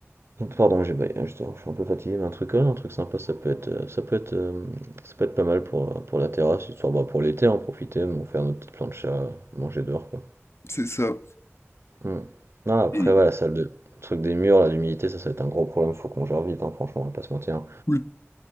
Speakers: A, on the right; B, on the left.
A: Pardon, j'ai baillé, je, je suis un peu fatigué, mais un truc, ouais, un truc sympa, ça peut être, euh, ça peut être, euh, ça peut être pas mal pour, euh, pour la terrasse, histoire, bah, pour l'été, en profiter, bon, faire notre petite plancha, manger dehors, quoi.
B: C'est ça.
A: Hmm. Non, après,
B: Et
A: voilà, la salle de, le truc des murs, là, d'humidité, ça, ça va être un gros problème, faut qu'on gère vite, hein, franchement, on va pas se mentir.
B: cool.